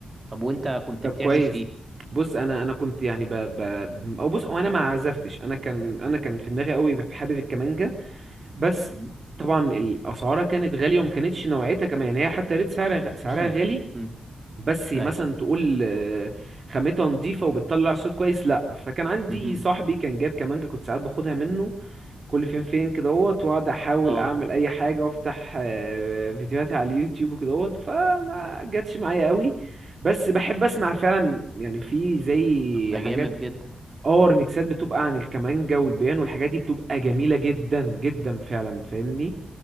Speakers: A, on the right; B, on the right.
A: طب وانت كنت
B: طب
A: بتعزف
B: كويس
A: ايه
B: بص انا انا كنت يعني ب... ب... او بص او انا ما عزفتش انا كان انا كان في دماغي قوي حابب الكمانجا بس
A: مم.
B: طبعا الاسعارها كانت غاليه وما كانتش نوعيتها كمان يعني هي حتى ريت سعرها غ-
A: <clears throat>
B: سعرها غالي
A: مم.
B: بس مثلا
A: ايوه
B: تقول آه، خامتها نضيفة وبتطلع صوت كويس لأ فكان عندي
A: مهم.
B: صاحبي كان جايب كمانجا كنت ساعات باخدها منه كل فين فين كدهوت واقعد احاول
A: اه
B: اعمل اي حاجة وافتح آه، فيديوهاتي على اليوتيوب وكدهوت فما جاتش معايا قوي بس بحب اسمع فعلا يعني في زي
A: طب ده
B: حاجات
A: جامد جدا
B: اه ريميكسات بتبقى عن الكمانجا والبيان والحاجات دي بتبقى جميلة جدا جدا فعلا فاهمني